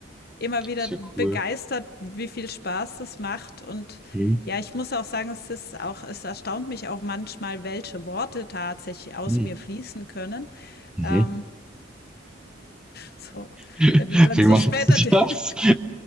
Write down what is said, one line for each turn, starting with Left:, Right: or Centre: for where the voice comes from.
Left: immer wieder
Centre: Ist
Left: begeistert,
Centre: ja cool.
Left: wie viel Spaß das macht. Und
Centre: Hm.
Left: ja, ich muss auch sagen, es ist auch, es erstaunt mich auch manchmal, welche Worte tatsächlich aus
Centre: Hm.
Left: mir fließen können.
Centre: Mhm.
Left: Ähm, so,
Centre: <laughs>
Left: wenn du dann
Centre: Wie
Left: so
Centre: machen
Left: später,
Centre: Sie
Left: <laughs>
Centre: das?